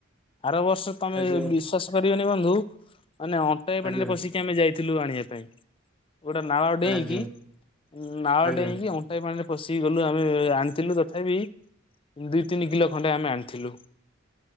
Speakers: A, on the left; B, in the centre.
A: ଆର ବର୍ଷ ତମେ
B: ଆଜ୍ଞା
A: ବିଶ୍ଵାସ କରିବନି ବନ୍ଧୁ ମାନେ ଅଣ୍ଟାଏ ପାଣିରେ
B: ଆଜ୍ଞା
A: ପଶିକି ଆମେ ଯାଇଥିଲୁ ଆଣିବା ପାଇଁ। ଗୋଟେ ନାଳ ଡେଇଁକି
B: ଆଜ୍ଞା
A: ନାଳ
B: ଆଜ୍ଞା।
A: ଡେଇଁକି ଅ ଟେ ପାଣିରେ ପଶିକି ଗଲୁ ଆମେ ଆଣିଥିଲୁ ତଥାପି ଦି ତିନି କିଲୋ ଖଣ୍ଡେ ଆମେ ଆଣିଥିଲୁ